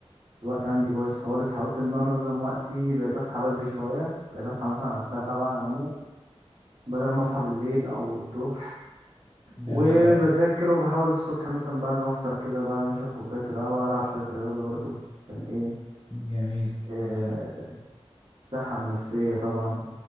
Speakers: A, on the right; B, on the left.
A: الوقت عندي بايظ خالص حاولت ان انا انظم وقتي بقيت اصحى بدري شويه بقيت اصحى مثلا على الساعه 7 8 بدل ما اصحى بالليل او الظهر وبذاكر
B: جميل اوي
A: وبحاول الصبح مثلا بعد ما افطر كده بعد ما اشرب كوبايه القهوه العب شويه رياضه برضو عشان ايه
B: جميل
A: آه،
B: جميل اوي
A: الصحه النفسيه طبعا